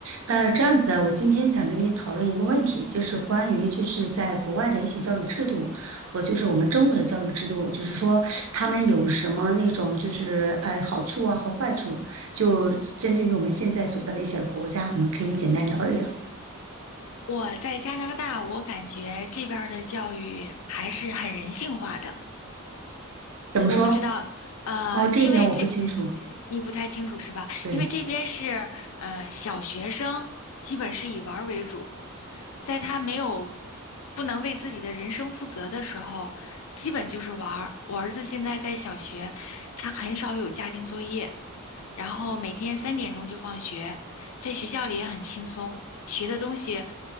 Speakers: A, on the right; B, on the left.
A: 呃，这样子啊，我今天想跟你讨论一个问题，就是关于就是在国外的一些教育制度和就是我们中国的教育制度，就是说他们有什么那种就是呃好处啊和坏处，就针对于我们现在所在的一些国家，我们可以简单聊一聊。
B: 我在加拿大，我感觉这边儿的教育还是很人性化的。
A: 怎么说？
B: 我不知道，呃，
A: 哦，这一点我不清楚。
B: 因为这呃你不太清楚是吧？
A: 对。
B: 因为这边是，呃，小学生基本是以玩儿为主，在他没有不能为自己的人生负责的时候，基本就是玩儿。我儿子现在在小学，他很少有家庭作业，然后每天三点钟就放学，在学校里也很轻松，学的东西